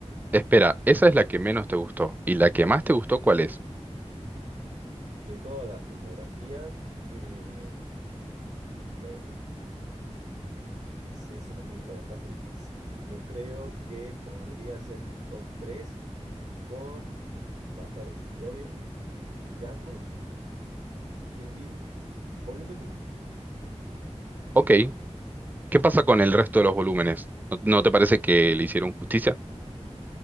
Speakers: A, on the right; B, on the right.
A: Espera, esa es la que menos te gustó. ¿Y la que más te gustó cuál es?
B: De toda la filmografía, eh, es que hay, es, es una pregunta bastante difícil. Yo creo que podría hacerme un top 3 con Bastardo sin Gloria, Django y Kill Bill, volumen uno
A: Ok, ¿qué pasa con el resto de los volúmenes? ¿No, no te parece que le hicieron justicia?